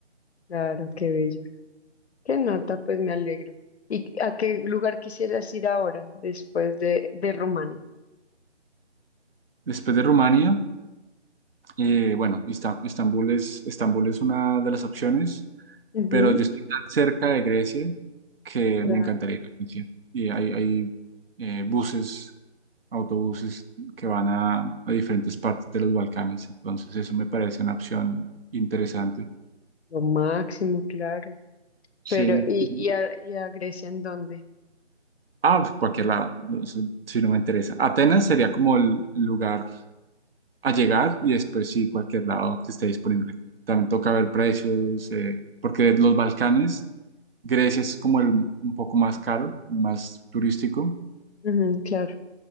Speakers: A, on the left (about 65°); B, on the right (about 55°).
A: claro, qué bello. Qué nota, pues me alegro. ¿Y a qué lugar quisieras ir ahora, después de, de Rumania?
B: Después de Rumania, eh, bueno, Ista- Istambul es, Estambul es una de las opciones.
A: Ujú,
B: pero yo estoy tan cerca de Grecia que
A: Claro,
B: me encantaría ir a Grecia. Y hay, hay eh, buses, autobuses que van a, a diferentes partes de los Balcanes, entonces eso me parece una opción interesante.
A: lo máximo, claro.
B: Sí.
A: Pero, ¿y,
B: Y-
A: y, a, y a Grecia en dónde?
B: Ah, pues, cualquier lado, no, eso sí no me interesa. Atenas sería como el lugar a llegar y después sí, cualquier lado que esté disponible. También toca ver precios, eh, porque los Balcanes, Grecia es como el un poco más caro, más turístico,
A: Ujú, claro,